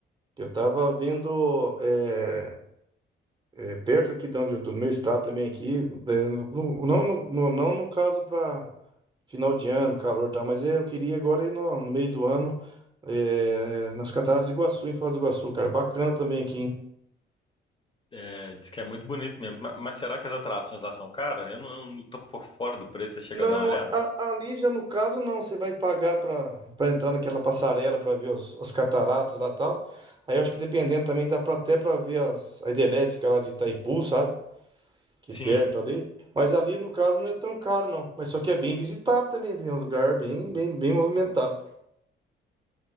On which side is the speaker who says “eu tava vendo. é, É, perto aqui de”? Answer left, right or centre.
Right